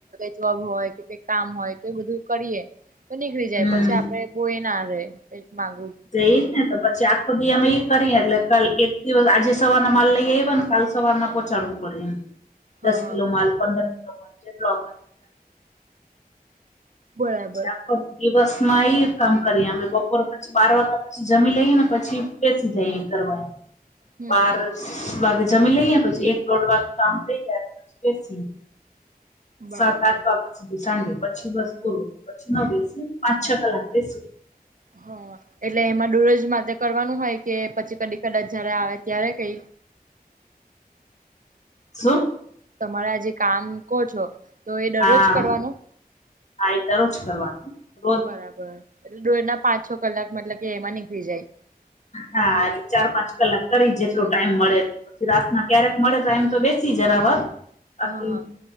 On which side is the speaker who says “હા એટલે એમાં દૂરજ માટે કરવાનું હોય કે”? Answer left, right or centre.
Right